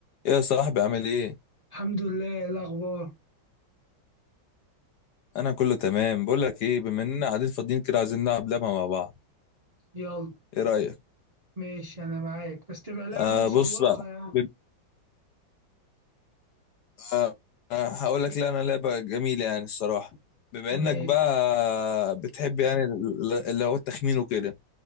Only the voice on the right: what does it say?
الحمد لله إيه الأخبار
يلا
ماشي أنا معاك بس تبقى لعبة
مشوقة
يعني
ماشي